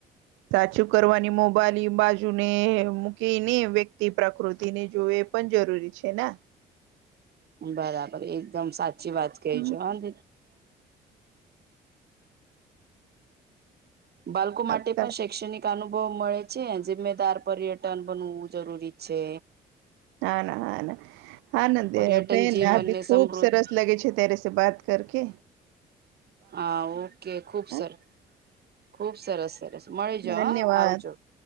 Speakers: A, on the right; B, on the right.
A: સાચું કરવાની મોબાઈલ બાજુ ને મૂકી ને વ્યક્તિ પ્રકૃતિ ને જોએ પણ જરૂરી છે ને
B: બરાબર એકદમ સાચી વાત ક
A: હમ,
B: છેો પ બાળકો માટે
A: આપતા
B: પણ શૈક્ષણિક અનુભવ મળે છે જિમ્મેદાર પર્યટન બનવું જરૂરી છે
A: હા ના હા ના
B: પર્યટન
A: હા બેન
B: જીવનને
A: આ ભી
B: સમૃદ્ધ
A: ખુબ સરસ લાગે છે તરેસે બાત કર કે
B: હા ઓકે ખુબ
A: હા
B: સરાર ખુબ સરસ સરસ મળી જા
A: ધન્યવાદ
B: હા આવજો